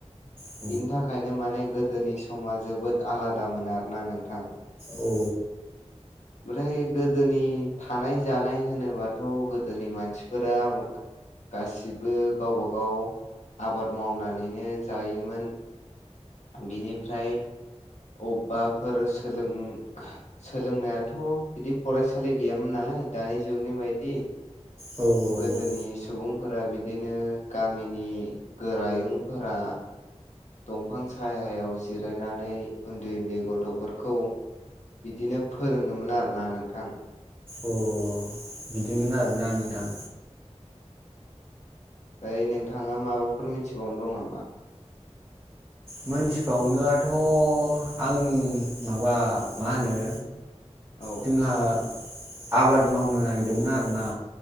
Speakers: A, on the right (about 15°); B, on the left (about 85°).
A: थाखायनो माने गोदोनि समा
B: बिनि थाखायनो माने गोदोनि समा जोबोद आलादामोन आरोना नोंथां
A: औ
B: ओमफ्राय गोदोनि थानाय जानाय होनोबाथ' गोदोनि मानसिफोरा गासिबो गावबा गाव आबाद मावनानैनो जायो मोन बिनिफ्राय अबेबाफोर सोलों सोलोंनायाथ' बिदि फरायसालि गैयामोन नालाय दानि जुगनि बायदि
A: जोबोद
B: गोदोनि सुबुंफोरा बिदिनो गामिनि गोरायुंफोरा दंफां सायायाव जिरायनानै उन्दै उन्दै गथ'फोरखौ बिदिनो फोरोङोमोन आरोना नोंथां
A: अ बिदिमोन आरोना नोंथां
B: दायै नोंथाङा माबाफोर मिथिबावनो दं नामा
A: मोनथिबावनोयाथ' आं माबा मा होनो
B: औ
A: जोंहा आबाद मावनो नागिरदोंमोन आरोना